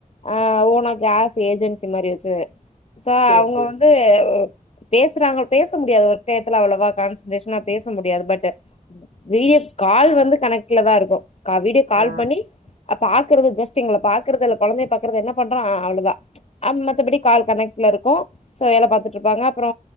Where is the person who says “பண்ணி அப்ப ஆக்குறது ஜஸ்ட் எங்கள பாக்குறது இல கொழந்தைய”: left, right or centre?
Left